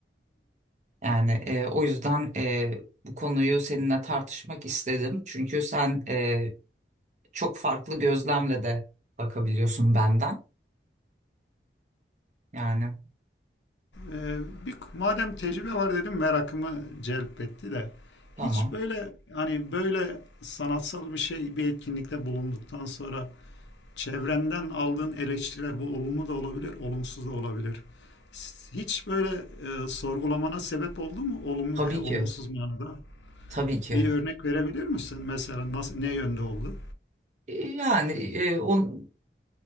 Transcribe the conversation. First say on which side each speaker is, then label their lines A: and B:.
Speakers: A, on the right; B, on the left.
A: Yani e, o yüzden e, bu konuyu seninle tartışmak istedim. Çünkü sen e, çok farklı gözlemle de bakabiliyorsun benden. Yani
B: Ee, bir, madem tecrübe var dedim merakımı celp etti de
A: tamam.
B: hiç böyle hani böyle sanatsal bir şey bir etkinlikte bulunduktan sonra çevrenden aldığın eleştiriler bu olumlu da olabilir olumsuz da olabilir. Hiç böyle e, sorgulamana sebep oldu mu olumlu
A: Tabii
B: veya olumsuz
A: ki.
B: manada?
A: Tabii ki.
B: Bir örnek verebilir misin mesela nasıl ne yönde oldu?
A: E, Yani e, on,